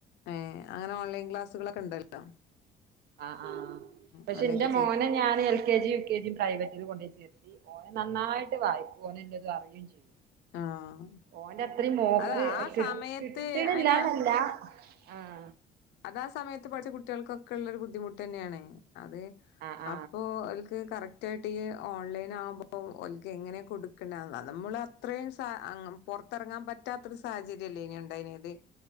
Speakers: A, on the left; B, on the right.
A: ഏഹ് അങ്ങനെ ഓൺലൈൻ ക്ലാസുകളൊക്ക ഇണ്ടല്ലോ
B: ആഹ് ആഹ് പക്ഷെ
A: അങ്ങനെയൊക്കെ
B: ന്റെ മോനെ
A: ചേർ
B: ഞാൻ L - K G U K ജിയും പ്രൈവറ്റിൽ കൊണ്ടേ ചേർത്തി ഓന് നന്നായിട്ട് വായിക്കും ഓനെ എല്ലതും അറിയും ചെയ്യും
A: ആഹ്
B: ഓന്റെ അത്രയും മോക്ക്
A: അത് ആ
B: കി
A: സമയത്ത്
B: കിട്ടണില്ലാന്നല്ല
A: അയിന്
B: ആഹ്
A: അതാ സമയത്ത് പഠിച്ച കുട്ടികൾക്കൊക്കെള്ളരു ബുദ്ധിമുട്ട്ന്നെയാണ് അത്
B: ആഹ് ആഹ്
A: അപ്പോ ഓൽക്ക് കറക്റ്റായിട്ട് ഈ ഓൺലൈൻ ആകുമ്പോൾ ഓൽക്ക് എങ്ങനെ കൊടുക്ക്ണ് അത് നമ്മള് അത്രയും സ അ പൊറത്തിറങ്ങാൻ പറ്റാത്തൊരു സാഹചര്യല്ലേയ് നേ ഉണ്ടായിന്നത്